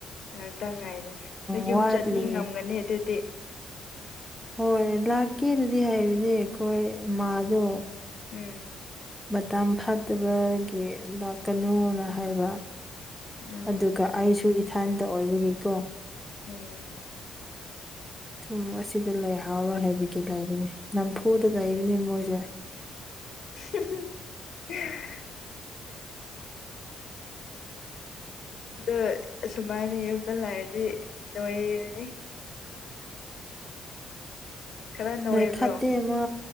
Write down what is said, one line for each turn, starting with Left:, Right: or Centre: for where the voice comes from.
Left: ꯉꯥꯏꯍꯥꯛꯇꯪ ꯉꯥꯏꯔꯦ ꯑꯗ ꯌꯨꯝ
Centre: ꯋꯥꯠꯂꯤ
Left: ꯆꯠꯅꯤꯡꯉꯝꯒꯅꯤ ꯑꯗꯨꯗꯤ
Centre: ꯍꯣꯏ ꯂꯥꯛꯀꯦꯅꯗꯤ ꯍꯥꯏꯕꯅꯦ ꯑꯩꯈꯣꯏ ꯃꯥꯗꯣ
Left: ꯎꯝ
Centre: ꯃꯇꯝꯥꯡ ꯐꯥꯠꯇꯕꯒꯤ ꯂꯥꯛꯀꯅꯨꯅ ꯍꯥꯏꯕ
Left: ꯑꯣ
Centre: ꯑꯗꯨꯒ ꯑꯩꯁꯨ ꯏꯊꯟꯇ
Left: ꯑꯣ
Centre: ꯑꯣꯏꯕꯒꯤꯀꯣ
Left: ꯎꯝ
Centre: ꯎꯝ ꯑꯁꯤꯗ ꯂꯩꯍꯥꯎꯔꯣꯏ ꯍꯥꯏꯕꯒꯤ ꯂꯩꯕꯅꯤ ꯅꯝꯐꯨꯗ ꯂꯩꯕꯅꯤ ꯃꯣꯏꯁꯦ
Left: <inaudible> <inaudible> ꯑꯗ ꯁꯨꯃꯥꯏꯅ ꯌꯨꯝꯗ ꯂꯥꯏꯔꯗꯤ ꯅꯣꯏꯔꯤꯅꯤ ꯈꯔ ꯅꯣꯏꯕ꯭ꯔꯣ
Centre: ꯅꯣꯏ ꯈꯠꯇꯦꯃ